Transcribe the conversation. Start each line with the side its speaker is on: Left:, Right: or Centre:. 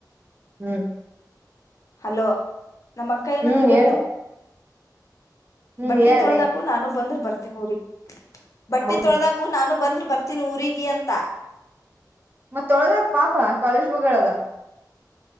Right: ಹ್ಮ್
Left: ಹಲೋ ನಮ್ಮ ಅಕ್ಕ ಏನಂದ್ಲು
Right: ಹ್ಮ್
Left: ಗೊತ್ತು
Right: ಹೇಳು ಹ್ಮ್
Left: ಬಟ್ಟೆ
Right: ಹೇಳಲೆ
Left: ತೊಳದಕೂ ನಾನು ಬಂದ್ ಬರ್ತ ನೋರಿ ಬಟ್ಟೆ
Right: ಹೌ
Left: ತೊಳದಕು ನಾನು ಬಂದ್ರ ಬರ್ತೀನಿ ಊಗಿ ಅಂತ
Right: ಮತ್ತೊಳದಾಗ ಪಾಪ ಕಾಲೇಜ್ ಹೋಗದ